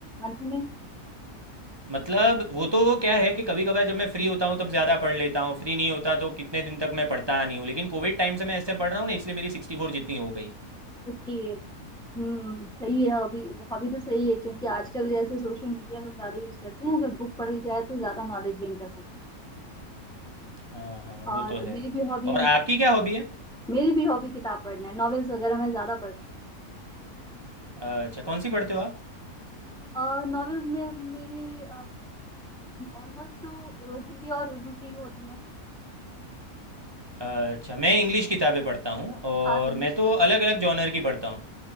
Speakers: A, in the centre; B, on the right.
A: मंथ में
B: मतलब वो तो क्या है कि कभी कभार जब मैं फ्री होता हूँ तब ज़्यादा पढ़ लेता हूँ फ्री नहीं होता तो कितने दिन तक मैं पढ़ता नहीं हूँ लेकिन कोविड टाइम से मैं ऐसे पढ़ रहा हूँ ना इसलिए मेरी सिक्सटी फोर जितनी हो गई
A: ओके हम्म सही है हॉबी हॉबी तो सही है क्योंकि आजकल जैसे सोशल मीडिया लोग ज्यादा यूज करते हैं अगर बुक पढ़ी जाए तो ज्यादा नॉलेज गेन कर सकते
B: हाँ हाँ
A: हैं
B: वो
A: और
B: तो है
A: मेरी भी हॉबी
B: और आपकी क्या हॉबी है
A: मेरी भी हॉबी किताब पढ़ना है नॉवेल्स वगैरह मैं ज्यादा पढ़ती हूँ
B: अच्छा कौन सी पढ़ते हो आप
A: और नॉवेल्स में मेरी ऑलमोस्ट तो हिंदी और उर्दू की होती हैं
B: अच्छा मैं इंग्लिश किताबें पढ़ता हूँ और
A: आप इंग्लिश
B: मैं तो
A: पढ़
B: अलग अलग जॉनर की पढ़ता हूँ